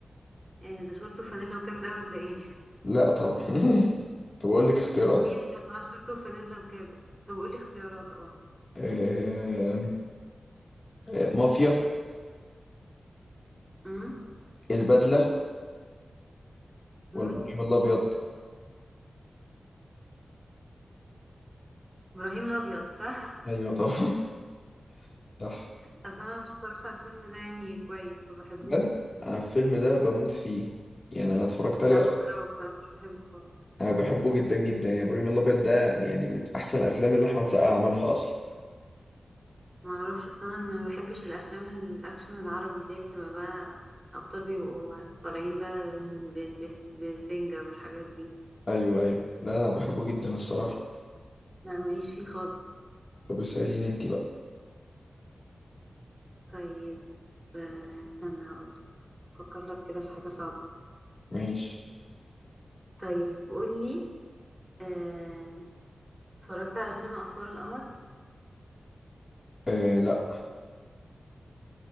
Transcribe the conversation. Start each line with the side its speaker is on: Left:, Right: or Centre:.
Right: آه ده شورت وفانيلا وكاب ده ولا ايه
Left: لا طبعا <laughs> طب اقول لك اختيارات
Right: ومين اللي كانت معاه بشورت وفانيلا وكاب طب قولي اختيارات اه
Left: آم، آه، مافيا
Right: امم
Left: البدلة ولا
Right: امم
Left: ابراهيم الابيض
Right: ابراهيم الابيض صح
Left: ايوه طبعا <laughs> صح
Right: اصل انا مش بتفرجش على الفيلم ده يعني كويس ما بحبوش
Left: بجد انا الفيلم ده بموت فيه يعني انا اتفرجت عليه
Right: لا بكرهه
Left: اصلا
Right: بصراحه مش بحبه خالص
Left: انا بحبه جدا جدا يعني ابراهيم الابيض ده يعني من احسن الافلام اللي احمد سقا عملها اصلا
Right: ما اعرفش اصل انا ما بحبش الافلام الاكشن العربي اللي هي بتبقى بقى ابطال بيبقوا طالعين بقى ب- بس- بسنجة والحاجات دي
Left: ايوه ايوه لا انا بحبه جدا الصراحة
Right: لا ماليش فيه خالص
Left: طب اساليني انت بقى
Right: طيب آه، استنى اقول افكر لك كده في حاجه صعبه
Left: ماشي
Right: طيب قولي آه، اتفرجت على فيلم اسوار القمر
Left: آه لا